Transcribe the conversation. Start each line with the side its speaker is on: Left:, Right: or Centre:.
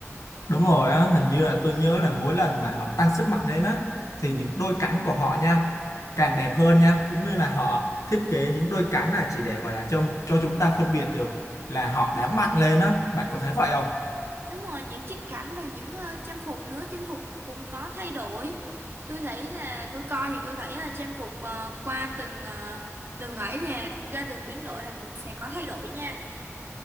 Left: Đúng rồi á, hình như là tôi nhớ là mỗi lần mà họ tăng sức mạnh lên á thì những đôi cánh của họ nha càng đẹp hơn nha, cũng như là họ thiết kế những đôi cánh là chỉ để gọi là cho cho chúng ta phân biệt được là họ đã mạnh lên á, bạn có thấy vậy không?
Right: Đúng rồi, những chiếc cảnh và những ờ, trang phục nữa, trang phục cũng có thay đổi. Tôi thấy là tôi coi thì tôi thấy là trang phục ờ, qua từng ờ, từng ấy nè, qua từng biến đổi là cũng sẽ có thay đổi nha.